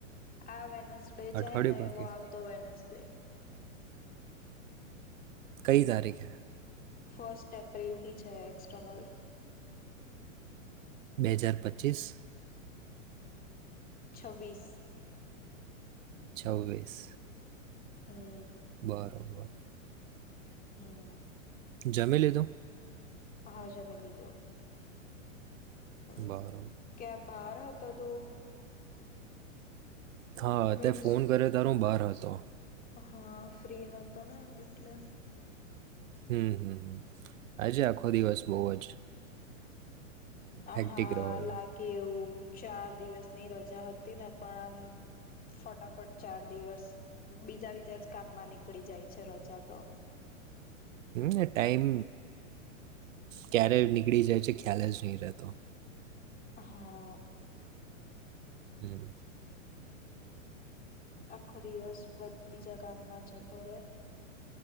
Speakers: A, on the left; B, on the right.
A: આ વેન્સ ડે
B: અઠવાડિયું
A: જાય ને
B: બાકી
A: એવો આવતો વેનેસ ડે.
B: કઈ તારીખ.
A: ફસ્ટ એપ્રિલ થી છે એક્સટર્નલ.
B: બે હજાર પચીસ.
A: છવ્વીસ
B: છવ્વીસ
A: હમ્મ
B: બરોબર
A: હમ્મ
B: જમી લીધું
A: હા જમેી લીધું હ
B: બરોબર
A: કે બહાર હતો તું
B: હા
A: મીન્સ
B: તે ફોન કરિયો તારે હુ બહાર હતો
A: હા ફ્રી નોતો ને એટલે
B: હમ્મહમ્મ આજે આખો દિવસ બહ જ
A: હ
B: હેક્ટિક
A: હા
B: રહ્યો છે
A: લાગે એવું ચાર દિવસની રજા હતી ને પણ આમ ફટાફટ ચાર દિવસ બીજા બીજા જ કામમાં નીકળી જાય છે રજા તો
B: હમ્મ ને ટાઈમ ક્યારે અમ નીકળી જાય છે ખ્યાલ જ નહી રહેતો
A: હા
B: હમ્મ
A: આખો દિવસ બીજા બ કામમાં જતો રહેે